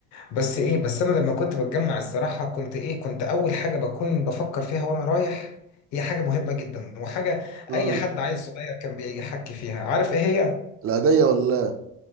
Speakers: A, on the left (about 55°); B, on the right (about 40°).
A: بس ايه بس انا لما كنت بتجمع الصراحه كنت ايه كنت اول حاجه بكون بفكر فيها وانا رايح هي حاجه مهمه جدا وحاجه
B: امم
A: اي حد عيل صغير كان بيحكي فيها عارف ايه هي
B: العاديه ولا